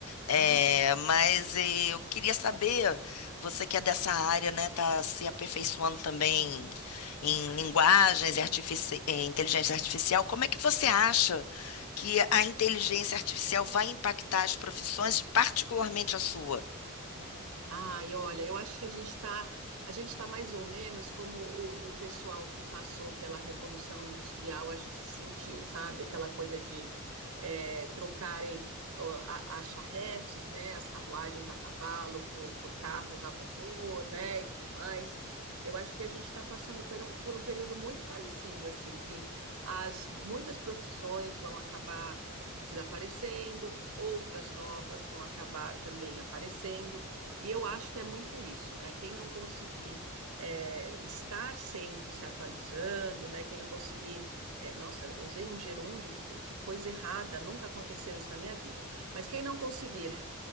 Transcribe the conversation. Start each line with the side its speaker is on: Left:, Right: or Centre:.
Left: É,
Right: Hum.
Left: mas eh, eu queria saber, você que é dessa área, né, tá se aperfeiçoando também em linguagens e artifici- eh, inteligência artificial, como é que você acha que a inteligência artificial vai impactar as profissões, particularmente a sua?
Right: Ai, olha, eu acho que a gente está a gente está mais ou menos como o, o pessoal que passou pela Revolução Industrial, acho que se sentiu, sabe? Aquela coisa de eh, trocarem ó, a- as charretes, né? As carruagens a cavalo por, por carros a motor, né? E tudo mais. Eu acho que a gente está passando por um, por um período muito parecido, assim, que as muitas profissões vão acabar desaparecendo, outras novas vão acabar também aparecendo. E eu acho que é muito isso, né? Quem não conseguir é, estar sempre se atualizando, né? Quem não conseguir. é, nossa, usei um gerúndio, que, que coisa errada, nunca aconteceu isso na minha vida. Mas quem não conseguir